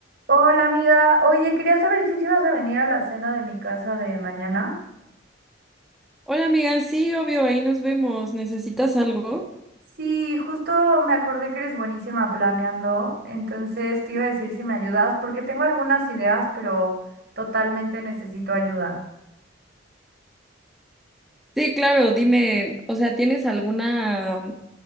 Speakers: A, on the right; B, in the centre.
A: Hola amiga, oye, quería saber si sí ibas a venir a la cena de mi casa de mañana.
B: Hola amiga, sí, obvio, ahí nos vemos. ¿Necesitas algo?
A: Sí, justo me acordé que eres buenísima planeando, entonces te iba a decir si me ayudas, porque tengo algunas ideas, pero totalmente necesito ayuda.
B: Sí, claro, dime, o sea, ¿tienes alguna